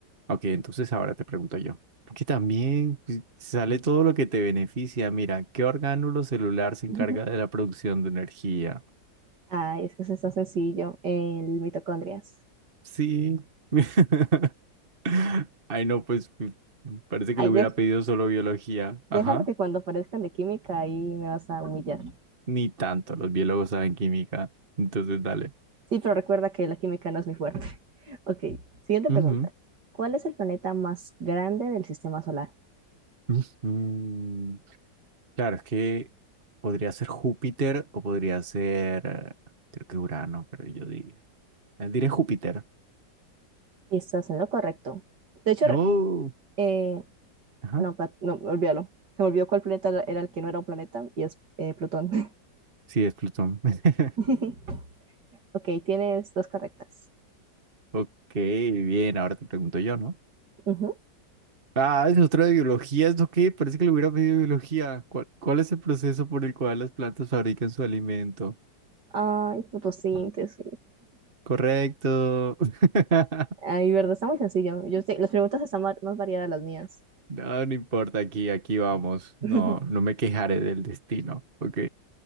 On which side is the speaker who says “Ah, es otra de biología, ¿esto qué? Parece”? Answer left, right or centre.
Right